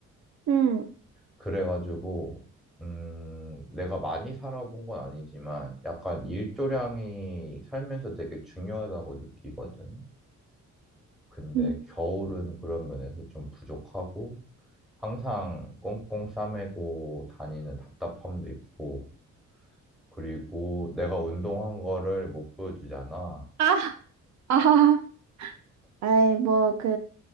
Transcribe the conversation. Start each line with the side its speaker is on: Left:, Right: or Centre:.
Right: 응
Centre: 그래가지고, 음, 내가 많이 살아본 건 아니지만, 약간 일조량이 살면서 되게 중요하다고 느끼거든. 근데
Right: 음.
Centre: 겨울은 그런 면에서 좀 부족하고, 항상 꽁꽁 싸매고 다니는 답답함도 있고, 그리고 내가 운동한 거를 못 보여주잖아.
Right: 아, <laughs> 아. 아이 뭐 그